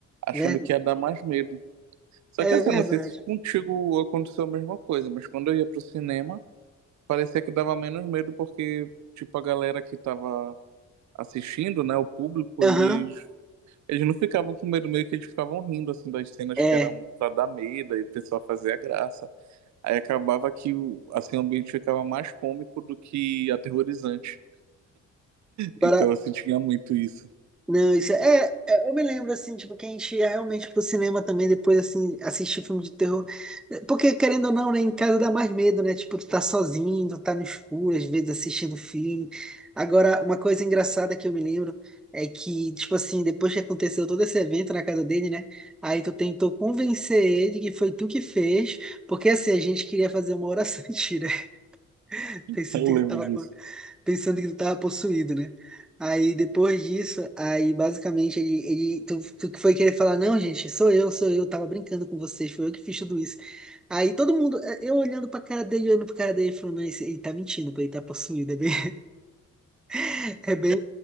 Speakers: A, on the right; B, in the centre.
A: achando
B: verdade.
A: que ia dar mais medo. Só que
B: É
A: assim,
B: verdade.
A: eu não sei se contigo aconteceu a mesma coisa, mas quando eu ia pro cinema, parecia que dava menos medo porque, tipo, a galera que tava assistindo, né, o público,
B: Aham,
A: eles, eles não ficavam com medo, meio que eles ficavam rindo, assim, das cenas
B: é.
A: que eram pra dar medo e o pessoal fazia graça. Aí acabava que o, assim, o ambiente ficava mais cômico do que aterrorizante. Então
B: Agora
A: assim tinha muito isso.
B: Não, isso é, é- é- Eu me lembro, assim, tipo, que a gente ia realmente pro cinema também, depois, assim, assistir filme de terror. Porque, querendo ou não, né, em casa dá mais medo, né? Tipo, tu tá sozinho, tu tá no escuro, às vezes assistindo filme. Agora, uma coisa engraçada que eu me lembro é que, tipo assim, depois que aconteceu todo esse evento na casa dele, né? Aí tu tentou convencer ele que foi tu que fez, porque, assim, a gente queria fazer uma oração <laughs>
A: <laughs>
B: pensando
A: Eu
B: que ele
A: lembro
B: tava,
A: disso.
B: po- pensando que ele tava possuído, né? Aí depois disso, aí basicamente ele, ele tu, tu que foi querer falar, não, gente, sou eu, sou eu, tava brincando com vocês, foi eu que fiz tudo isso. Aí todo mundo, eh, eu olhando pra cara dele, olhando pra cara dele, falando, não, esse- ele tá mentindo, pô, ele tá possuído, é bem, <laughs> é bem,